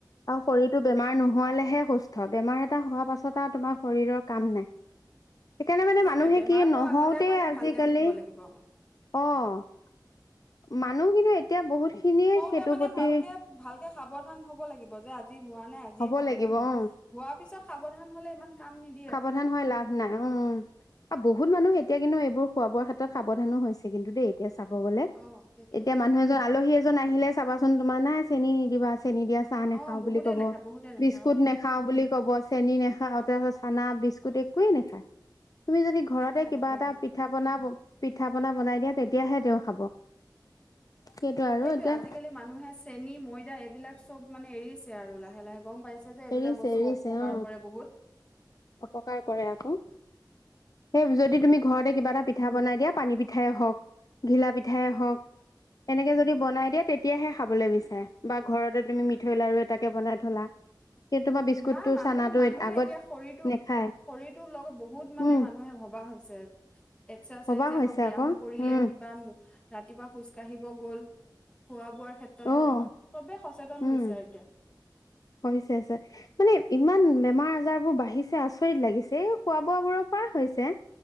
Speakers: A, on the left; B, on the left.
A: আৰু শৰীৰটো বেমাৰ নোহোৱালেহে সুস্থ বেমাৰ এটা হোৱাৰ পাছত আৰু তোমাৰ শৰীৰৰ কাম নাই সেইকাৰণে মানে
B: সেইটোৱে
A: মানুহে
B: বেমাৰ
A: কি
B: হোৱাৰ
A: নহওতে
B: আগতে মানে
A: আজিকালি
B: ভালকে থাকিব লাগিব
A: অ মান মানুহ কিন্তু এতিয়া বহুত খিনিয়ে সেইটোৰ
B: তই মানে
A: প্ৰতি
B: ভালকে ভাল সাৱধান হ'ব লাগিব যে আজি হোৱা নাই আজিয়ে
A: হ'ব
B: সাৱধান
A: লাগিব
B: হ
A: অ',
B: হোৱা পিছত সাৱধান হলে ইমান কাম নিদি
A: সাৱধান হয় লাভ নাই উম্ আও বহু মানুহ এতিয়া কিন্তু এইবোৰ খোৱা বোৱা ক্ষেতত সাৱধানো হৈছে কিন্তু দেই এতিয়া চাব গলে
B: অ', সেইটোৱে
A: এতিয়া মানুহ এজন আলহী জন আহিলে চাবাচোন তোমাৰ নাই চেনি নিদিবা চেনী দিয়া চাহ নাখাও
B: অ', বহুতে
A: বুলি ক'ব
B: নাখায় বহুতে নাখায়
A: বিস্কুত
B: অ',
A: নাখাও বুলি ক'ব চেনি নাখাও তাৰত চানা বিস্কুট একোৱে নেখায় তুমি যদি ঘৰতে
B: নেখায়
A: কিবা
B: নেখায়
A: এটা
B: বহুত
A: পিঠা পনা পিঠা পনা বনাই দিয়া তেতিয়াহে তেওঁ খাব সেইটো আৰু
B: সেইটোয়ে
A: এতিয়া
B: আজিকালি মানুহে চেনী ময়দা এইবিলাক চব মানে এৰিছে আৰু লাহে লাহে গম পাই যে এইবিলাক
A: এৰিছে
B: বস্তু
A: এৰিছে
B: অপকাৰ
A: অ
B: কৰে বহুত
A: অপকাৰ কৰে আকৌ সেই যদি তুমি ঘৰতে কিবা এটা পিঠা বনাই দিয়া পানী পিঠাই হওক ঘিলা পিঠা পিঠাই হওক এনেকে যদি বনাই দিয়ে তেতিয়াহে খাবলে বিচাৰে বা ঘৰতে তুমি মিঠৈ লাৰু এটাকে বনাই থলা সেই তোমাৰ বিস্কুটটো
B: না মানুহে
A: চানাটো
B: মানুহে
A: আগত
B: এতিয়া শৰীৰটো
A: নেখায়
B: শৰীৰটোৰ লগত বহুত মানে
A: উম,
B: মানুহে ভবা হৈছে উ এক্সাচাইজে
A: সবাহ হৈছে
B: হওক ব্যায়াম
A: আকৌ
B: কৰিলে
A: উম,
B: কিবা ৰাতিপুৱা খোজ কাঢ়িব গল খোৱা বোৱা ক্ষেত্ৰত হওল
A: অ',
B: চবেই সচেতন
A: উম,
B: হৈছে এতিয়া।
A: হৈছে হৈছে মানে ইমান বেমাৰ আজাৰবোৰ বাঢ়িছে আচৰিত লাগিছে এই খোৱা বোৱা বোৰৰ পৰা হৈছে।